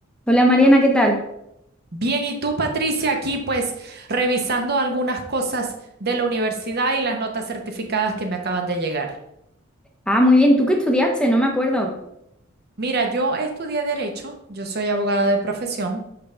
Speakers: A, in the centre; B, on the right (about 50°).
A: Hola Mariana, ¿qué tal?
B: Bien, y tú, Patricia, aquí pues revisando algunas cosas de la universidad y las notas certificadas que me acaban de llegar.
A: Ah, muy bien. ¿Tú qué estudiaste? No me acuerdo.
B: Mira, yo estudié derecho, yo soy abogada de profesión